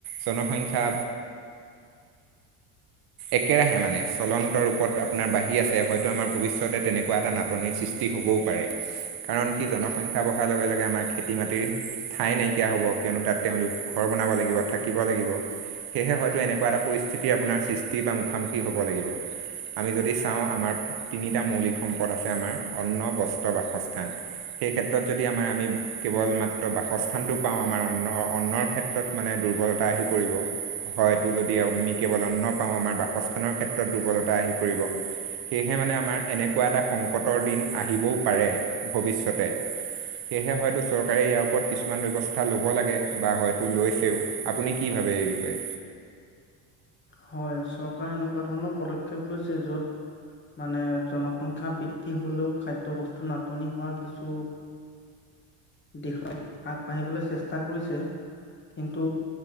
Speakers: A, on the right (about 55°); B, on the left (about 25°).
A: জনসংখ্যা একেৰাহে মানে চলন ৰূপত আপোনাৰ বাঢ়ি আছে হয়তো আমাৰ ভৱিষ্যতে তেনেকুৱা এটা নাটনিৰ সৃষ্টি হ'বও পাৰে কাৰণ কি জনসংখ্যা বঢ়াৰ লগে লগে আমাৰ খেতি মাটিৰ ঠাই নাইকিয়া নকা হ'ব কিয়নো তাত তেওঁলোক ঘৰ বনাব লাগিব থাকিব লাগিব সেয়েহে হয়তো এনেকুৱা এটা পৰিস্থিতি আপোনাৰ সৃষ্টি বা মুখামুখি হ'ব লাগিব আমি যদি চাওঁ আমাৰ তিনিটা মৌলিক সম্পদ আছে আমাৰ অন্ন বস্ত্ৰ বাসস্থান সেই ক্ষেত্ৰত যদি আমাৰ আমি কেৱল মাত্ৰ বাসস্থান
B: হয়
A: আমাৰ অন্নৰ ক্ষেত্ৰত মানে দুৰ্বলতা আহি পৰিব। হয়টো যদি মই কেৱল অন্ন আমাৰ বাসস্থানৰ ক্ষেত্ৰত দুৰ্বলতা আহি পৰিব সেয়েহে মানে আমাৰ এনেকুৱা এটা সংকটৰ দিন আহিবও পাৰে ভৱিষ্যতে। সেয়েহে হয়তো চৰকাৰে ইয়াৰ ওপৰত কিছু কিছুমান ব্যৱস্থা ল'ব লাগে বা হয়তো লৈছেও আপুনি কি ভাবে এই বিষয়ে
B: হয় চৰকাৰে এনেকুৱা ধৰণৰ পদক্ষেপ লৈছে য'ত মানে জনসংখ্যা বৃদ্ধি হলেও খাদ্য বস্তু নাটনি হোৱাৰ কিছু দিশত আগবাঢ়িবলৈ চেষ্টা কৰিছে। কিন্তু